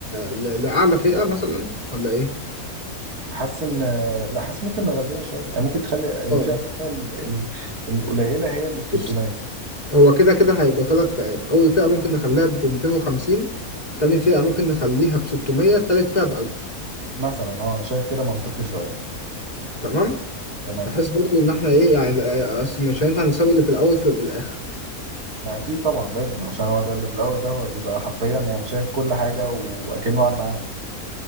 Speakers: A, on the left (about 25°); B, on the right (about 80°).
A: ل... لأعلى فئة مثلا ولا ايه؟
B: حاسس ان لا حاسس ممكن نغليها شوية يعني ممكن تخلي الفئة
A: اه
B: اللي هي ال- ال- القليلة هي اللي ب 300
A: بص هو كده كده هيبقوا ثلاث فئات أول فئة ممكن نخليها ب 250 تاني فئة ممكن نخليها ب 600 تالت فئة ب 1000
B: مثلا اه انا شايف كده منطقي شوية
A: تمام؟
B: تمام
A: بحيث برضو إن احنا ايه يعني لا- أصل مش هينفع نسوي اللي في الأول في بالآخر
B: ما اكيد طبعا لازم عشان هو ده اللي في الاول ده هو بيبقى حرفيا يعني شايف كل حاجة واكنه قاعد معاهم